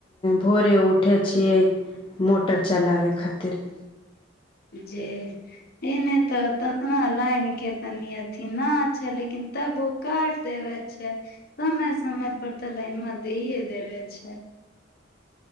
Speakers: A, on the left (about 25°); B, on the left (about 50°).
A: भोरे उठै छियै मोटर चलाबै खातिर
B: जे एने तऽ ततना लाइन के तनी अथी न छै लेकिन तबो काट देवे छै समय समय पर तऽ लाइन मे दे देवे छै